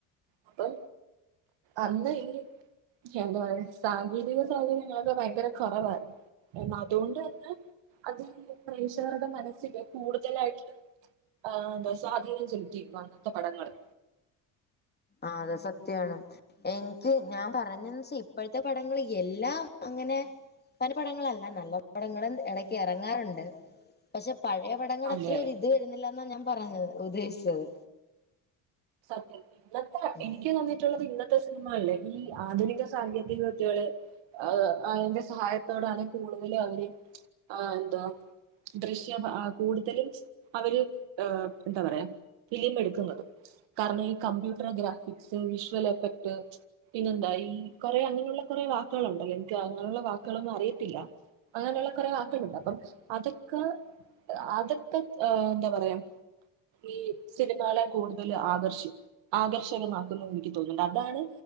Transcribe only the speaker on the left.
ആഹ് അതെ സത്യാണ്. എനിക്ക് ഞാൻ പറഞ്ഞേന്ന് വെച്ചാ ഇപ്പഴ്ത്തെ പടങ്ങള് എല്ലാം അങ്ങനെ <unintelligible> പടങ്ങളല്ല നല്ല പടങ്ങളും എടക്ക് എറങ്ങാറുണ്ട് പക്ഷെ പഴയ പടങ്ങടെ
അത്ര
ഒര് ഇത് വെരുന്നില്ല എന്നാ ഞാൻ പറഞ്ഞത് ഉദ്ദേശിച്ചത്
ഉം